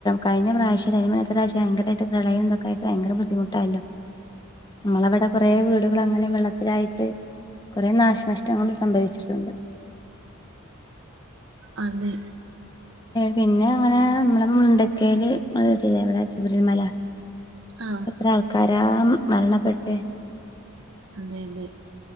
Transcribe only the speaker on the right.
അന്ന്
ആഹ്
അതെ അതെ